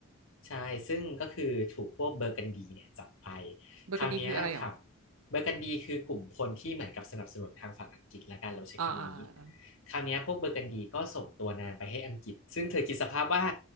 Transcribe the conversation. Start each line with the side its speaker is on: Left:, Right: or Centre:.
Left: ใช่ซึ่งก็คือถูกพวกเบอร์กันดีเนี่ยจับไป
Right: เบอร์กันดีคืออะไรเหรอ
Left: คราวเนี้ยถามเบอร์กันดีคือกลุ่มคนที่เหมือนกับสนับสนุนทางฝั่งอังกฤษละกันเราใช้คำนี้
Right: อ่าอ่าอ่า
Left: คราวเนี้ยพวกเบอร์กันดีก็ส่งตัวนางไปให้อังกฤษซึ่งเธอคิดสภาพว่า